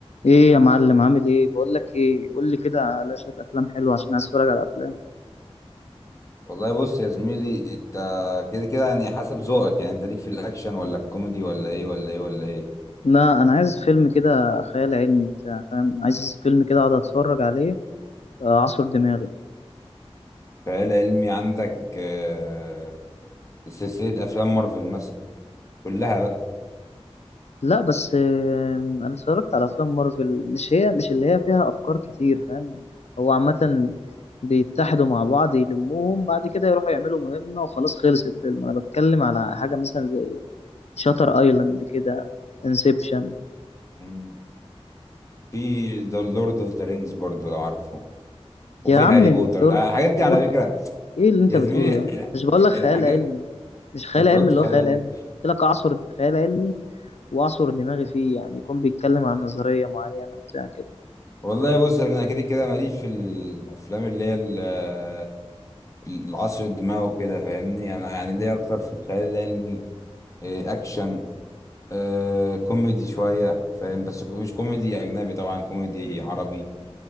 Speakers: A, on the left; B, on the left.
A: ايه يا معلم عامل ايه بقول لك ايه قول لي كده على شويه افلام حلوه عشان عايز اتفرج على افلام
B: والله بص يا زميلي انت كده كده يعني حسب ذوقك يعني انت ليك في الاكشن ولا الكوميدي ولا ايه ولا ايه ولا ايه
A: لا انا عايز فيلم كده خيال علمي بتاع فاهم عايز فيلم كده اقعد اتفرج عليه آه، اعصر دماغي
B: خيال علمي عندك آه، سلسلة افلام مارفل مثلا كلها بقى
A: لا بس آه، انا اتفرجت على افلام مارفل مش هي مش اللي هي فيها افكار كتير فاهم هو عامه بيتحدوا مع بعض يلموهم بعد كده يروحوا يعملوا مهمه وخلاص خلص الفيلم انا بتكلم على حاجه مثلا زي شاتر ايلاند كده انسبشن
B: مم. في ذا لورد اوف ذا رينجز برضو لو عارفه وفي
A: يا عم
B: هاري
A: لورد
B: بوتر الحاجات دي
A: لورد
B: على فكرة
A: ايه اللي انت
B: يا
A: بتقوله
B: زميلي
A: ده
B: ال-
A: مش بقول لك خيال
B: الحاجات
A: علمي مش خيال
B: انت
A: علمي
B: قلت
A: اللي
B: خيال
A: هو خيال
B: علمي
A: علمي قلت لك اعصر خيال علمي واعصر دماغي فيه يعني يكون بيتكلم عن نظرية معينة بتاع كده
B: والله بص انا كده كده ماليش في الافلام اللي هي ال- العصر الدماغ وكده فاهمني انا يعني ليا اكتر في الخيال العلمي آه، اكشن آه كوميدي شوية فاهم بس ك- مش كوميدي أجنبي طبعا كوميدي عربي